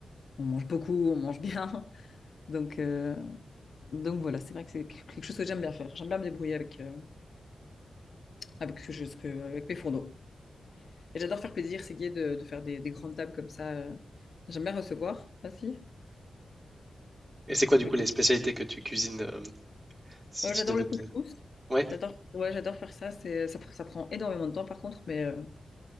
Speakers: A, on the left; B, on the right.
A: on mange beaucoup, on mange bien. <laughs> Donc, euh, donc voilà, c'est vrai que c'est quelque chose que j'aime bien faire. J'aime bien me débrouiller avec, euh, avec, ce- ce que- avec mes fourneaux. Et j'adore faire plaisir, c'est gai de, de faire des, des grandes tables comme ça. euh. J'aime bien recevoir aussi.
B: Et c'est quoi du
A: Ouais.
B: coup les spécialités que tu cuisines euh, si
A: Oh,
B: tu
A: j'adore
B: devais...
A: le
B: me-
A: couscous.
B: Ouais,
A: J'adore, ouais, j'adore faire ça. C'est, ça, ça prend énormément de temps par contre, mais, euh,